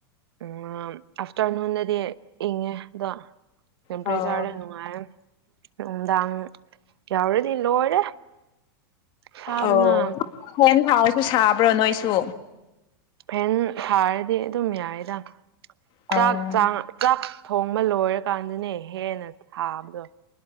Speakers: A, on the right; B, on the left.
A: ꯎꯝ ꯑꯥꯐꯇꯔꯅꯨꯟꯗꯗꯤ ꯏꯪꯉꯦ ꯑꯗꯣ ꯇꯦꯝꯄꯔꯦꯆꯔꯗ
B: ꯑꯣ
A: ꯅꯨꯡꯉꯥꯏꯌꯦ ꯅꯨꯡꯗꯥꯡ ꯌꯥꯎꯔꯗꯤ ꯂꯣꯏꯔꯦ ꯁꯥꯕꯅ
B: ꯑꯣ ꯐꯦꯟ ꯊꯥꯔꯁꯨ ꯁꯥꯕ꯭ꯔꯣ ꯅꯣꯏꯁꯨ
A: ꯐꯦꯟ ꯊꯔꯥꯗꯤ ꯑꯗꯨꯝ ꯌꯥꯏꯗ
B: ꯑꯣ
A: ꯆꯥꯛ ꯆ ꯆꯥꯛ ꯊꯣꯡꯕ ꯂꯣꯏꯔꯀꯥꯟꯗꯅꯦ ꯍꯦꯟꯅ ꯊꯥꯕꯗꯣ